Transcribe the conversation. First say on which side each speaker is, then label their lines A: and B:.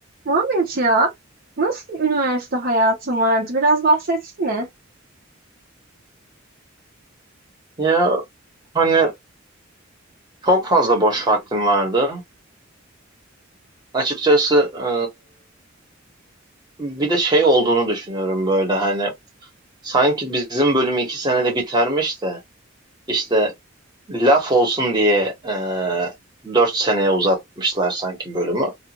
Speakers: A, on the right; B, on the right.
A: Muhammed ya, nasıl bir üniversite hayatın vardı? Biraz bahsetsene.
B: Ya hani çok fazla boş vaktim vardı. Açıkçası e, bir de şey olduğunu düşünüyorum böyle hani sanki bizim bölüm iki senede bitermiş de işte laf olsun diye e, dört seneye uzatmışlar sanki bölümü.